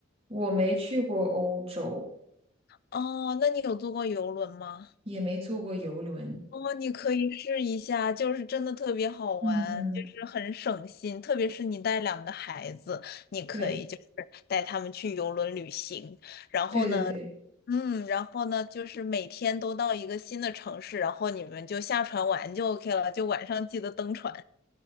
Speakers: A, on the right; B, on the left.
A: 我没去过欧洲，
B: 哦，那你有坐过游轮吗？
A: 也没坐过游轮。
B: 哦，你可以试一下，就是真的特别好玩，
A: 嗯，
B: 就是很省心，特别是你带两个孩子，你可以就是带他们去游轮旅行，
A: 对
B: 然后呢，
A: 对对对，
B: 嗯，然后呢，就是每天都到一个新的城市，然后你们就下船玩就 OK 了，就晚上记得登船。